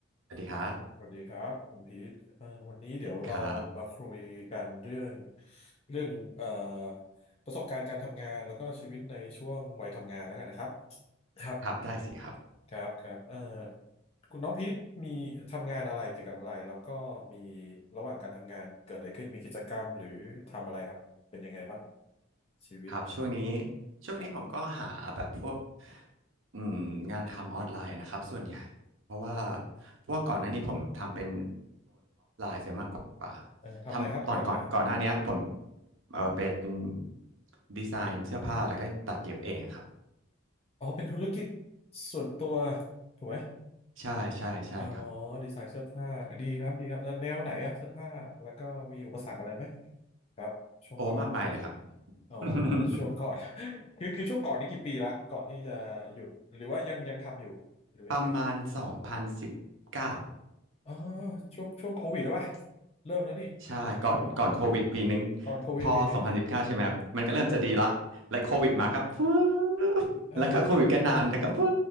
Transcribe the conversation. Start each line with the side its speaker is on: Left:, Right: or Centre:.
Right: สวัสดีครับ
Left: สวัสดีครับคุณพีทเอ่อวันนี้เดี๋ยวเรามาคุยกันเรื่อง
Right: ครับ
Left: เรื่องเอ่อประสบการณ์การทำงานแล้วก็ชีวิตในช่วงวัยทำงานแล้วกันนะครับครับ
Right: ครับได้สิครับ
Left: ครับครับเอ่อคุณน้องพีทมีทำงานอะไรเกี่ยวกับอะไรแล้วก็มีระหว่างการทำงานเกิดอะไรขึ้นมีกิจกรรมหรือทำอะไรครับเป็นยังไงบ้างชีวิต
Right: ครับช่วงนี้ช่วงนี้ผมก็หาแบบพวก
Left: ครับ
Right: อืมงานทำออนไลน์นะครับส่วนใหญ่เพราะว่าเพราะว่าก่อนหน้านี้ผมทำเป็นเสียมากกว่า
Left: เอ่อทำอะไรครับก่อนหน้า
Right: ทำตอนก่อนก่อนหน้าเนี้ยผมเออเป็นดีไซน์เสื้อผ้าแล้วก็ตัดเย็บเองอะครับ
Left: อ๋อเป็นธุรกิจส่วนตัวถูกไหม
Right: ใช่ใช่ใช่ครับ
Left: อ๋อดีไซน์เสื้อผ้าดีครับดีครับเอ่อแนวไหนอะเสื้อผ้าแล้วก็มีอุปสรรคอะไรไหมครับช่วงก่อน
Right: โอ้มากมายเลยครับ
Left: อ๋อ
Right: <laughs>
Left: ช่วงก่อน <laughs> คือคือช่วงก่อนนี่กี่ปีละก่อนที่จะหยุดหรือว่ายังยังทำอยู่หรือว่ายังไง
Right: ประมาณสองพันสิบเก้า
Left: อ๋อช่วงช่วงโควิดหรือเปล่าเริ่มแล้วนี่ถูกถูกไหม
Right: ใช่ก่อนก่อนโควิดปีนึง
Left: ตอนโควิดปีหนึ่ง
Right: พอ2019ใช่ไหมครับมันก็เริ่มจะดีละและโควิดมาก็ฟื้บแล้วก็โควิดก็นานแต่ก็ฟื้
Left: เออ